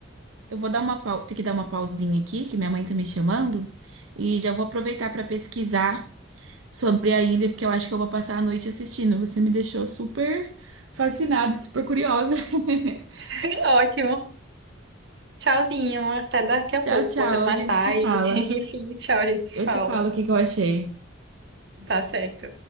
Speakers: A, on the right; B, on the right.
A: eu vou dar uma pau, ter que dar uma pausinha aqui, que minha mãe tá me chamando, e já vou aproveitar pra pesquisar sobre a ilha, porque eu acho que eu vou passar a noite assistindo. Você me deixou super fascinada, super curiosa. <laughs>
B: <laughs> Ótimo. Tchauzinho. Até daqui a
A: Tchau,
B: pouco,
A: tchau,
B: ou até mais
A: a gente
B: tarde.
A: se fala.
B: <laughs> Enfim, tchau, a gente se
A: Eu
B: fala.
A: te falo o que que eu achei.
B: Tá certo.